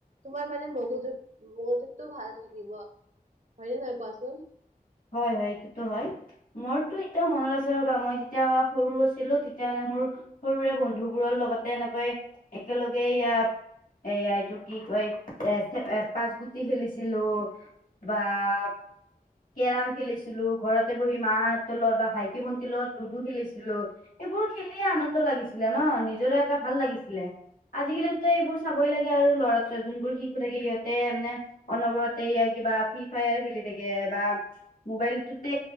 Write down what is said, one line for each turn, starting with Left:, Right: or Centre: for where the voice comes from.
Right: তোমাৰ মানে মগজু মগজুটো ভাল থাকিব। হয়নে নহয় কোৱাচোন?
Left: হয়, হয় সেইটোত হয়। মোৰতো এতিয়াও মনত আছে ৰ'বা, মই তেতিয়া সৰু আছিলোঁ, তেতিয়া মানে মোৰ - সৰুৰে বন্ধুবোৰৰ লগতে এনেকৈ, একেলগে এইয়া, এইয়া এইটো কি কয় - এ পাঁচ গুটি খেলিছিলো বা - কেৰাম খেলিছিলোঁ, ঘৰতে বহি মাহঁতৰ লগত বা ভাইটি-ভন্টিৰ লগত লুডু খেলিছিলোঁ। এইবোৰ খেলিয়ে আনন্দ লাগিছিলে ন? নিজৰে এটা ভাল লাগিছিলে। আজিকালিতো এইবোৰ চাবই লাগে আৰু ল'ৰা ছোৱালী, যোনবোৰ শিশু থাকে, সিহঁতে মানে - অনবৰতে এইয়া কিবা ফ্ৰী ফায়াৰ খেলি থাকে, বা - মোবাইলটোতে